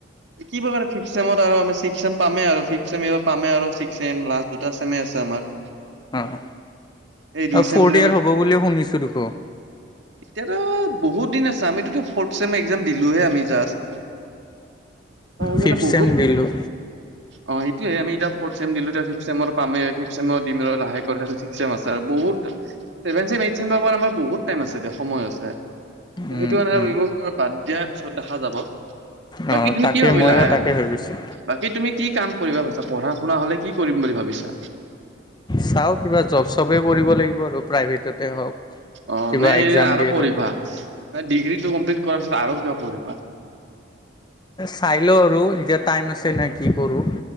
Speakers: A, on the right; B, on the left.
A: কিবা কাৰে ফিফচেমত আৰ আমি চিস্কচেমত পামে আৰ ফিফ্ট চেম এবাৰ পামে আৰু চিস্কচেম লাষ্ট দুটা চেমে আছে আমাৰ
B: অঁ
A: এই দুই
B: অ
A: চেম
B: ফ'ৰ্থ
A: যদি
B: ইয়েৰ
A: আমি
B: হ'ব বুলি শুনিছোঁ দেখো
A: এতিয়াতো বহুত দিন আছে আমিতো ফ'ৰ্থ ছেম একজাম দিলোহে আমি জাষ্ট অ সেইটো
B: ফিফ
A: মানে বহুত
B: চেম
A: কম
B: দিলোঁ
A: অ সেইটোয়ে আমি এতিয়া ফৰ্থচেম দিলো এতিয়া ফিফ্ট ছেমৰ পামেই ফিফ চেমত দিলো লাহেকৈ তাছত চিস্কচেম আছে আৰ বহুত ছেভেন ছেম এইট ছেম পাব আমাৰ বহুত টাইম আছে দে সময় আছে ত
B: উম,
A: সেইটো কাৰণে
B: উম।
A: মানে বাদ এতিয়া পিছত দেখা যাব বাকী
B: অঁ
A: তুমি
B: তাকে
A: কি ভাবিলা
B: ময়ো তাকে ভাবিছোঁ
A: বাকী তুমি কি কাম কৰিবা ভাবিছা পঢ়া শুনা হলে কি কৰিম বুলি ভাবিছা
B: চাওঁ কিবা জব চবেই কৰিব লাগিব আৰু প্ৰাইভেটতে হওক
A: অ
B: কিবা
A: নে
B: এক্সাম
A: এই আৰু
B: দিয়ে
A: পঢ়িবা
B: হওক
A: ডিগ্ৰীটো কমপ্লিট কৰাৰ পিছত আৰু কিবা পঢ়িবা
B: চাই লওঁ আৰু এতিয়া টাইম আছে নে কি কৰোঁ